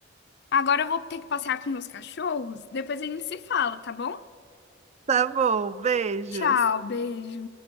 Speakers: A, on the left; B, on the right.
A: Agora eu vou ter que passear com meus cachorros. Depois a gente se fala, tá bom?
B: tá bom, beijos.
A: Tchau, beijo.